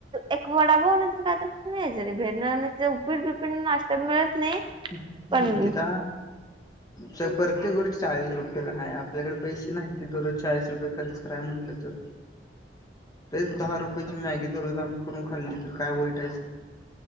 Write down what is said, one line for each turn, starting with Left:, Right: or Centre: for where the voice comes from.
Right: एक वडा पाव न तर का तर खन यायचं भेरण उपीड बिपीड नाश्ता मिळत नाही
Left: निकिता
Right: पण
Left: चपर ते गोष्ट चाळीस रुपयेला हे आपल्याकडं पैसे नाहीत ते दररोज चाळीस रुपये खर्च कराय म्हंटल तर तेच दहा रुपयची मॅगी दररोज आम्ही करून खाल्ली तर काय वईटायच